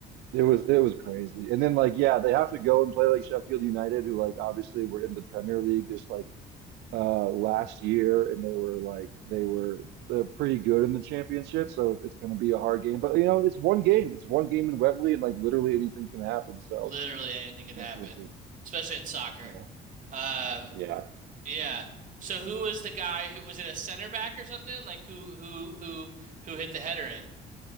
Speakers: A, on the right (about 80°); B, on the right (about 50°).
A: It was it was crazy. And then like yeah, they have to go and play like Sheffield United, who like obviously were in the Premier League this like uh last year and they were like they were uh, pretty good in the championship so it's going to be a hard game but you know it's one game it's one game in Wembley and like literally anything can happen so
B: Literally anything could
A: I guess
B: happen,
A: we'll see
B: especially in soccer.
A: yeah
B: Um,
A: Yeah.
B: Yeah. So who was the guy who was it a center back or something? Like who who who who hit the header in?